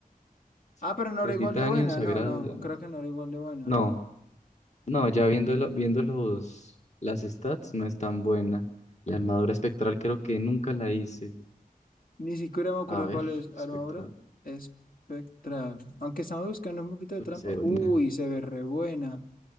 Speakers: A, on the left (about 45°); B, on the left (about 65°).
A: Sí.
B: Ah, pero no
A: De
B: era igual
A: titanio
B: de buena.
A: sagrado,
B: No, no,
A: diamante.
B: creo que no era igual de buena.
A: No, No, ya viendo, viendo los, las stats, no es tan buena. La armadura espectral creo que nunca la hice.
B: Ni siquiera me acuerdo
A: A ver,
B: cuál es armadura
A: espectral.
B: espectral. Aunque estamos buscando un poquito de
A: Pero
B: trampa.
A: se ve bonita.
B: Uy, se ve re buena.